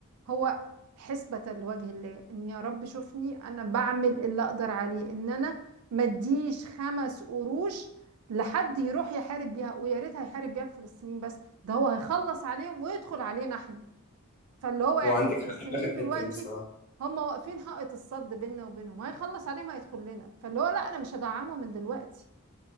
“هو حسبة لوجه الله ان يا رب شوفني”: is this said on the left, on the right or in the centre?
Right